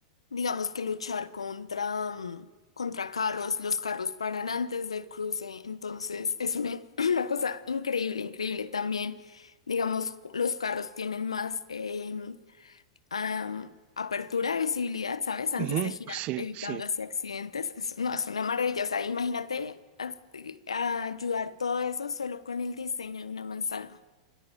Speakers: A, on the left; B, on the right.
A: digamos que luchar contra, mm, contra carros, los carros paran antes del cruce, entonces es una, <clears throat> una cosa increíble, increíble también, digamos, cu- los carros tienen más em, am, apertura de visibilidad, ¿sabes? Antes
B: ujú,
A: de girar,
B: Sí,
A: evitando
B: sí.
A: así accidentes, Es- no, es una maravilla, o sea, imagínate a- a ayudar todo eso solo con el diseño de una manzana.